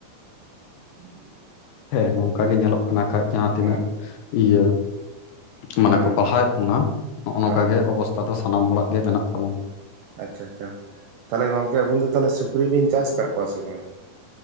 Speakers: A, on the right; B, on the left.
A: <inaudible>
B: ᱦᱮᱸ ᱱᱚᱝᱠᱟ ᱜᱮ ᱧᱮᱞᱚᱜ ᱠᱟᱱᱟ ᱠᱷᱟᱡ ᱡᱟᱦᱟᱸ ᱛᱤᱱᱟᱹᱜ
A: ᱦᱩᱸ
B: ᱤᱭᱟᱹ ᱢᱟᱱᱮ
A: ᱦᱩᱸ
B: ᱠᱚ ᱯᱟᱲᱦᱟᱣᱮᱫ ᱵᱚᱱᱟ ᱱᱚᱜᱼᱚ
A: ᱦᱩᱸ
B: ᱱᱚᱝᱠᱟ ᱜᱮ ᱚᱵᱚᱥᱛᱷᱟ ᱫᱚ ᱥᱟᱱᱟᱢ ᱦᱚᱲᱟᱜ ᱜᱮ ᱢᱮᱱᱟᱜ ᱛᱟᱵᱚᱱᱟ᱾
A: ᱟᱪᱪᱷᱟ ᱟᱪᱪᱷᱟ ᱛᱟᱦᱚᱞᱮ ᱜᱚᱝᱠᱮ ᱟᱵᱤᱱ ᱫᱚ ᱛᱟᱦᱚᱞᱮ ᱥᱩᱠᱨᱤ ᱵᱤᱱ ᱪᱟᱥ ᱟᱠᱟᱫ ᱠᱚᱣᱟ ᱥᱮ ᱵᱟᱝᱼᱟ?